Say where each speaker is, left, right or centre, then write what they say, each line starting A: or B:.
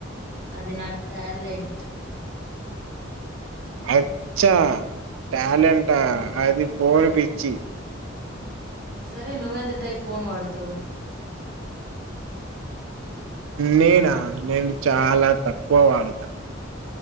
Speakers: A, on the right (about 50°); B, on the right (about 80°).
A: అది నా టాలెంట్
B: అచ్చా టాలెంటా అది ఫోన్ పిచ్చి,
A: సరే నువ్వేంత టై ఫోన్ వాడతావు.
B: నేనా నేను చాలా తక్కువ వాడత